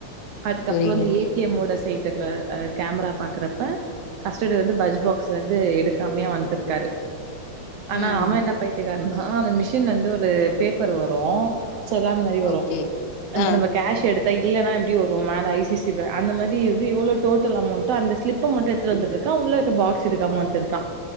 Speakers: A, on the right; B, on the left.
A: அதுக்கப்றோ
B: புரியுது.
A: அந்த ஏ டி எம்வயோட சைட்டுகுள்ள கேமரா பாக்கறப்ப கஸ்டடி வந்து பஜ் பாக்ஸ்லிந்து எடுக்காமயே வந்ட்டுருக்காரு ஆனா
B: ம்.
A: அவன் என்ன பய்த்தியகாரனா அந்த மிஷின்ல இருந்து ஒரு பேப்பர் வரு செலான் மாரி வரு
B: ஓகே.
A: அந்த
B: ஆ,
A: நம்ம கேஷ் எடுத்தா இல்லனா எப்டி வரு மேல ஐ சி அந்த மாதிரிந்து எவ்ளோ டோட்டல் அமௌண்டோ அந்த ஸ்லிப் மட்டு எடுத்து வந்துட்டு இருக்கான் உள்ள பாக்ஸ் எடுக்காம வநட்டு இருக்கான்